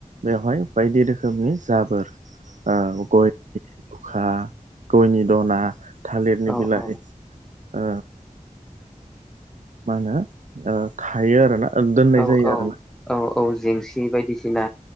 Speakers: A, on the right; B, in the centre.
A: बेवहाय बायदि रोखोमनि जाबोर औ गयनि दखा गयनि दना थालिरनि
B: औ
A: बिलाइ
B: औ
A: ओ मा होनो खायो आरोना दोननाय
B: औ
A: जायो
B: औ
A: आरोना
B: औ औ जेंसि बायदिसिना